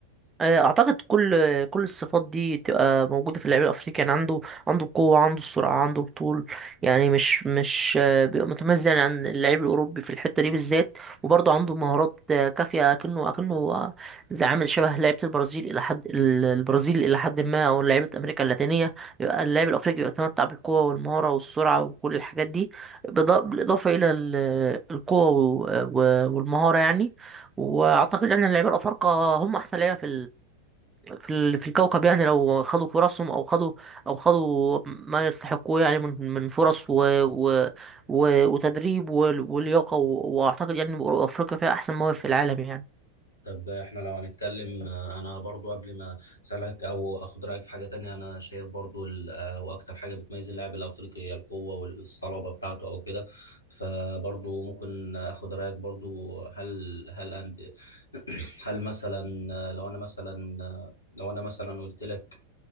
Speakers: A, on the right; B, on the left.
A: آه، اعتقد كل كل الصفات دي تبقى موجوده في اللعيب الافريقي يعني عنده عنده القوه عنده السرعه عنده الطول يعني مش مش آه، بيبقى متميز يعني عن اللعيب الاوروبي في الحته دي بالذات وبرضه عنده مهارات آه، كافيه اكنه اكنه آه، زي عامل شبه لعيبه البرازيل الى حد ال- البرازيل الى حد ما او لعيبه امريكا اللاتينيه يبقى اللاعب الافريقي بيتمتع بالقوه والمهاره والسرعه وكل الحاجات دي بالإضا- بالاضافه الى ال- القوه و- و- والمهاره يعني واعتقد ان اللعيبه الافارقه هم احسن لعيبه في في ال- في الكوكب يعني لو خدوا فرصهم او خدوا او خدوا ما يستحقوه يعني من من فرص و و و وتدريب وال- ولياقة و- واعتقد يعني افريقيا فيها احسن مواهب في العالم يعني
B: طب احنا لو هنتكلم آه، انا برضو قبل ما اسالك او اخد رايك في حاجه تانية انا شايف برضو ال- آه، واكتر حاجه بتميز اللاعب الافريقي هي القوه والصلابه بتاعته او كده فبرضو ممكن اخد رايك برضو هل هل أند <clears throat> هل مثلا آه، لو انا مثلا آه، لو انا مثلا قلت لك